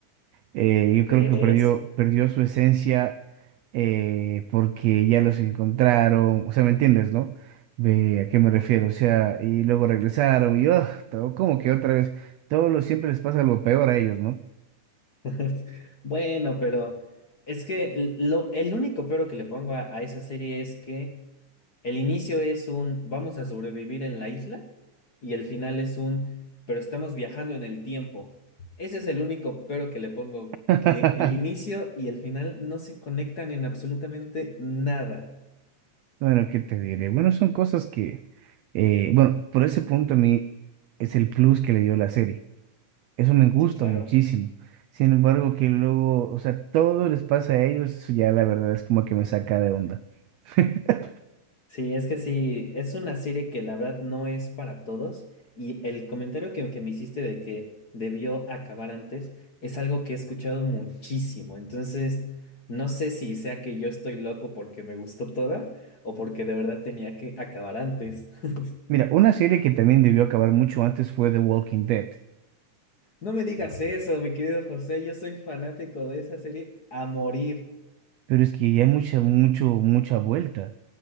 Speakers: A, on the right; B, on the left.
A: Eh, yo
B: ¿Crees?
A: creo que perdió, perdió su esencia eh, porque ya los encontraron. O sea, ¿me entiendes, no? Ve, ¿a qué me refiero? O sea, y luego regresaron y oh, todo, como que otra vez, todo lo siempre les pasa lo peor a ellos, ¿no?
B: <laughs> Bueno, pero es que l- lo, el único pero que le pongo a a esa serie es que... El inicio es un vamos a sobrevivir en la isla y el final es un pero estamos viajando en el tiempo. Ese es el único pero que le pongo,
A: <laughs>
B: que el inicio y el final no se conectan en absolutamente nada.
A: Bueno, ¿qué te diré? Bueno, son cosas que, eh, bueno, por ese punto a mí es el plus que le dio la serie. Eso me gusta
B: Sí, claro.
A: muchísimo. Sin embargo, que luego, o sea, todo les pasa a ellos, eso ya la verdad es como que me saca de onda. <laughs>
B: Sí, es que sí, es una serie que la verdad no es para todos y el comentario que, que me hiciste de que debió acabar antes es algo que he escuchado muchísimo, entonces no sé si sea que yo estoy loco porque me gustó toda o porque de verdad tenía que acabar antes. <laughs>
A: Mira, una serie que también debió acabar mucho antes fue The Walking Dead,
B: No me digas eso, mi querido José, yo soy fanático de esa serie a morir,
A: pero es que ya hay mucha, mucho, mucha vuelta.